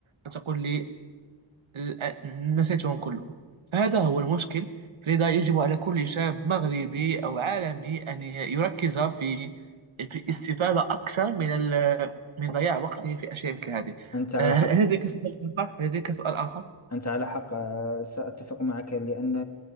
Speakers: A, on the right; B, on the left.
A: فتقول لي الآن نسيتهم كلهم فهذا هو المشكل لذا يجب على كل شاب مغربي أو عالمي أن يركز في في الاستفادة أكثر من ال... من ضياع وقته في أشياء مثل هذه
B: أنت على
A: آه، هل
B: حق
A: هل لديك سؤال آخر؟ هل لديك سؤال آخر؟
B: أنت على حق آه، سأتفق معك لأن